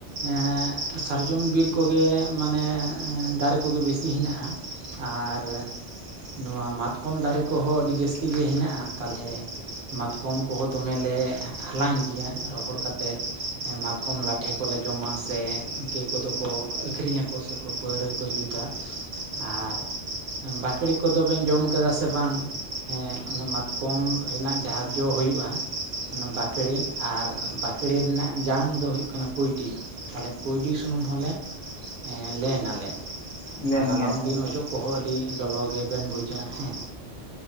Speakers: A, on the right; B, on the left.
A: ᱮᱸᱜ, ᱥᱟᱨᱡᱚᱢ ᱵᱤᱨ ᱠᱚᱜᱮ ᱢᱟᱱᱮ ᱫᱟᱨᱮ ᱠᱚᱜᱮ ᱵᱮᱥᱤ ᱦᱮᱱᱟᱜ-ᱟ᱾ ᱟᱨ ᱱᱚᱣᱟ ᱢᱟᱛᱠᱚᱢ ᱫᱟᱨᱮ ᱠᱚᱦᱚᱸ ᱟᱹᱰᱤ ᱡᱟᱹᱥᱛᱤ ᱜᱮ ᱦᱮᱱᱟᱜ-ᱟ ᱛᱟᱞᱦᱮ ᱢᱟᱛᱠᱚᱢ ᱠᱚᱦᱚᱸ ᱫᱚᱢᱮᱞᱮ ᱦᱟᱞᱟᱝ ᱜᱮᱭᱟ ᱨᱚᱦᱚᱲ ᱠᱟᱛᱮᱫ ᱢᱟᱛᱠᱚᱢ ᱞᱟᱴᱷᱮ ᱠᱚᱞᱮ ᱡᱚᱢᱟ ᱥᱮ ᱠᱮ ᱠᱚᱫᱚ ᱠᱚ ᱟᱹᱠᱷᱨᱤᱧᱟᱠᱚ ᱥᱮᱠᱚ ᱯᱟᱹᱣᱨᱟᱹ ᱠᱚ ᱡᱩᱫ ᱟᱨ ᱵᱟᱠᱲᱮ ᱠᱚᱫᱚ ᱵᱮᱱ ᱡᱚᱢ ᱠᱟᱫᱟ ᱥᱮ ᱵᱟᱝ ᱦᱮᱸ ᱚᱱᱟ ᱢᱟᱛᱠᱚᱢ ᱨᱮᱱᱟᱜ ᱡᱟᱦᱟᱸ ᱡᱚ ᱦᱩᱭᱩᱜ-ᱟ ᱚᱱᱟ ᱵᱟᱠᱲᱮ ᱟᱨ ᱵᱟᱠᱲᱮ ᱨᱮᱱᱟᱜ ᱡᱟᱝ ᱫᱚ ᱦᱩᱭᱩᱜ ᱠᱟᱱᱟ ᱠᱩᱩᱸᱭᱰᱤ ᱛᱟᱦᱞᱮ ᱠᱩᱸᱭᱰᱤ ᱥᱩᱱᱩᱢ ᱦᱚᱸᱞᱮ ᱞᱮᱱᱟᱞᱮ
B: ᱯᱟᱞᱮᱱ
A: ᱟᱨ ᱨᱟᱵᱟᱝ
B: ᱜᱮᱭᱟᱯᱮ
A: ᱫᱤᱱ
B: ᱦᱚᱸ
A: ᱚᱡᱚᱜ ᱠᱚᱦᱚᱸ ᱟᱹᱰᱤ ᱞᱚᱞᱚ ᱜᱮᱵᱮᱱ ᱵᱩᱡᱟ ᱦᱮᱸ